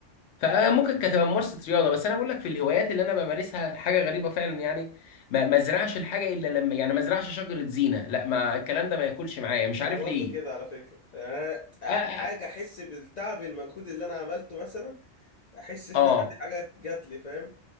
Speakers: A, on the left (about 70°); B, on the left (about 50°).
A: فممكن كانت تبقى ممارسه رياضه بس انا بقول لك في الهوايات اللي انا بمارسها حاجه غريبه فعلا يعني ما ما ازرعش الحاجه الا لما يعني ما ازرعش شجره زينه لا ما الكلام ده ما ياكلش معايا مش عارف
B: انا برضو
A: ليه
B: كده على فكرة يعني أنا
A: اه,
B: حاجة احس بالتعب المجهود اللي انا عملته مثلا احس
A: آه.
B: ان انا دي حاجة جات لي فاهم